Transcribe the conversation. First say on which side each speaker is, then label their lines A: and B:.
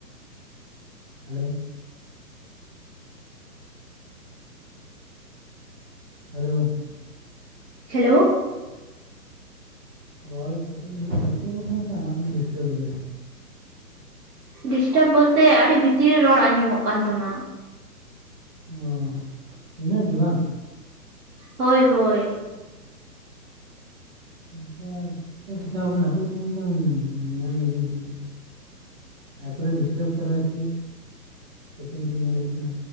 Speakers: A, on the right; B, on the right.
A: ᱦᱟᱹᱞᱚᱣ ᱦᱟᱞᱟᱹᱣ
B: ᱦᱮᱞᱚᱣ
A: ᱨᱚᱲ ᱠᱟᱹᱴᱤᱡ ᱤᱧ ᱰᱤᱥᱴᱟᱵᱚᱜ ᱠᱟᱱᱟ, ᱥᱮ ᱟᱢᱟᱜ ᱜᱮ ᱰᱤᱥᱴᱟᱵᱮ ᱫᱟᱭ?
B: ᱰᱤᱥᱴᱟᱵᱽ ᱵᱚᱞᱛᱮ ᱟᱹᱰᱤ ᱵᱷᱤᱛᱤᱨ ᱨᱮ ᱨᱚᱲ ᱟᱸᱡᱚᱢᱚᱜ ᱠᱟᱱ ᱛᱟᱢᱟ
A: ᱚᱦᱚ, ᱤᱱᱟᱹ ᱜᱮ ᱵᱟᱝ
B: ᱦᱚᱭ, ᱦᱚᱭ
A: ᱟᱪᱪᱷᱟ ᱪᱮᱜ ᱛᱮ ᱪᱮᱠᱟᱣ ᱠᱟᱱᱟ, ᱚᱠᱚᱭ ᱠᱤᱱ ᱫᱚ ᱧᱮᱞ ᱞᱮᱜᱤᱧ ᱪᱮ ᱛᱟᱨᱯᱚᱨᱮ ᱰᱤᱥᱴᱟᱵᱽ ᱠᱟᱫᱟᱭ ᱪᱮᱫ, ᱥᱮᱴᱤᱝ ᱠᱚ ᱧᱮᱞ ᱦᱩᱭᱩᱜ ᱠᱟᱱᱟ